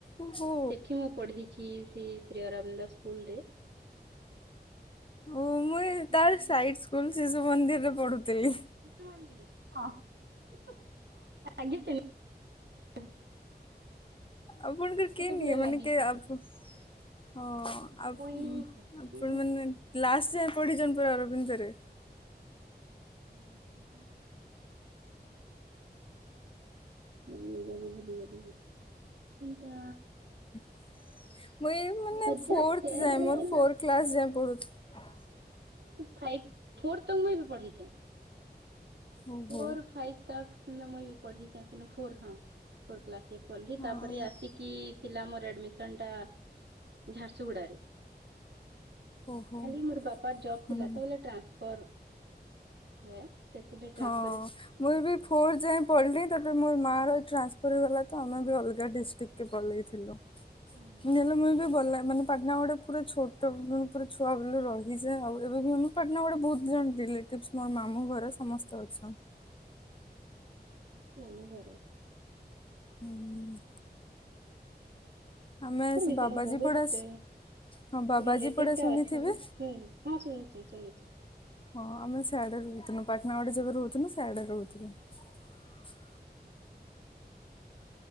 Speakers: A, on the left (about 30°); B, on the right (about 80°).
A: ଓହୋ
B: ସେଠି ମୁଁ ପଢି ଶ୍ରୀ ଶ୍ରୀ ଶ୍ରୀ ଅରବିନ୍ଦ ସ୍କୁଲ ରେ
A: ଓ ମୁଇଁ
B: ସେଠି
A: ତାର ସାଇଡ୍ ସ୍କୁଲ ଶିଶୁ ମନ୍ଦିର୍ ରେ ପଢୁଥିଲି।
B: ଶିଶୁ ମନ୍ଦିର୍ ହଁ ଆଜ୍ଞା <unintelligible>
A: ଆପଣଙ୍କ ଭିତରୁ କିଏ ନିଏ
B: ପୁରା
A: ମାନେ
B: ଲାଗିଛି
A: ଆପ
B: ସେଠି
A: ହଁ ଆ
B: ମୁଇଁ ହେବି
A: ଆପଣ ମାନେ ଲାଷ୍ଟ୍ ଯାଏଁ ପଢ଼ିଛନ୍ତି ପରା ଅରବିନ୍ଦ ରେ
B: <unintelligible> ମୁଁ ନିଜେ ବି ଭୁଲି ଗଲି। କିନ୍ ତା
A: <inaudible> ମୁଁ ଏ ମାନେ
B: ଦୁଇ ହଜାର
A: ଫୋର୍ଥ
B: ଚାରିରେ
A: ଯାଏଁ ମୋର
B: ନା
A: ଫୋର୍ଥ କ୍ଲାସ୍ ଯାଏଁ ପଢ଼ୁଥିଲି।
B: ଫାଇପ୍ ଫୋର୍ ତ ମୁଁଇ ବି ପଢିଛେ।
A: ଓହୋ
B: ଫୋର ଫାଇପ୍ ତାକ୍‌ ହେନେ ମୁଁଇ ବି ପଢ଼ିଛେ କିନ୍ତୁ ଫର ହଁ ଫୋର କ୍ଲାସ ପଢ଼ିଲି
A: ହଁ
B: ତାପରେ ଆସିକି ଥିଲା ମୋର ଆଡମିସନ ଟା ଝାରସୁଗୁଡାରେ।
A: ଓହୋ।
B: ଖାଲି ମୋର ବାପା ର୍ ଜବ
A: ହୁଁ।
B: ଥିଲା ତ ବଲେ ଟାନ୍ସପର ହୁଏ। ସେଥିରେ ଟ୍ରାନ୍ସ
A: ହଁ ମୁଁ ବି ଫୋର୍ ଯାଏଁ ପଡ଼ିଲି ତାପରେ ମୋର ମା ର ଟ୍ରାନ୍ସଫର୍ ହେଇଗଲା। ତ ଆମେ ବି ଅଲଗା ଡିଷ୍ଟ୍ରିକ୍ଟ କେ ପଲେଇଥିଲୁ
B: ହୁଁ ହୁଁ
A: ନଲେ ମୁଁଇ ବି ବଲା ମାନେ ପାଟନା ଗଡେ ପୁରା ଛୋଟ ପୁରା ଛୁଆ ବେଲୁ ରହିଛେ ଆଉ ଏବେ ବି ଆମେ ପାଟନା ଗଡ଼େ ବହୁତ ଜାଣିଥିଲେ। ତିିପ୍ସ ମୋର ମାମୁଁ ଘରେ ସମସ୍ତେ ଅଛନ୍।
B: କୁଅନା ଘରେ।
A: ହୁଁ
B: <unintelligible>
A: ଆମେ ସେ ବାବାଜୀ
B: ବହୁତ।
A: ପଡା ହଁ ବାବାଜୀ
B: ରିଲେଟିଭ
A: ପଡା
B: ଟା
A: ଶୁଣିଥିବେ?
B: ଅଛନ୍ ହୁଁ ହଁ ଶୁଣିଛି ଶୁଣିଛି।
A: ହଁ ଆମେ ସିଆଡେ ରହୁଥିନୁ ପାଟନା ଗଡେ ଯେବେ ରହୁଥିନୁ ସିଆଡେ ରହୁଥିନଲୁ।
B: ଓ ହୋ।